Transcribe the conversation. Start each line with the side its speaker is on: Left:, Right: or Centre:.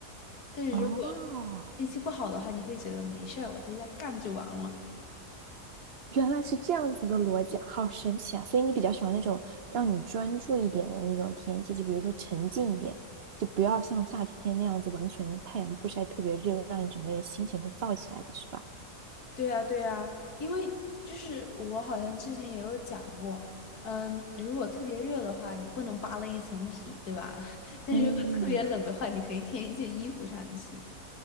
Left: 但是如果
Right: 哦，
Left: 天气不好的话，你会觉得没事儿，我在家干就完了。
Right: 原来是这样子的逻辑，好神奇啊！所以你比较喜欢那种让你专注一点的那种天气，就比如说沉静一点，就不要像夏天那样子完全太阳不晒特别热，让你整个人心情会燥起来的是吧？
Left: 对呀，对呀，因为就是我好像之前也有讲过，嗯，如果特别热的话，你不能扒了一层皮，对吧？<laughs> 但是如果特别冷的话，
Right: 嗯，
Left: 你可以添一件衣服上去。